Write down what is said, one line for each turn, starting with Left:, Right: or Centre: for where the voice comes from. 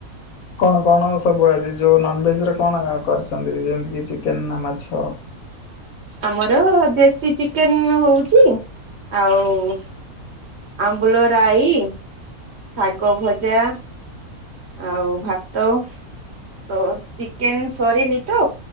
Left: କଣ କଣ ସବୁ ଆଜି ଯୋଉଁ ନନଭେଜରେ କଣ କରିଛନ୍ତି ଯେମିତିକି ଚିକେନ୍ ନା ମାଛ?
Right: ଆମର ଦେଶୀ ଚିକେନ ହଉଛି ଆଉ ଆମ୍ବୁଳ ରାଇ ଶାଗ ଭଜା ଆଉ ଭାତ ତ ଚିକେନ ସରିନି ତ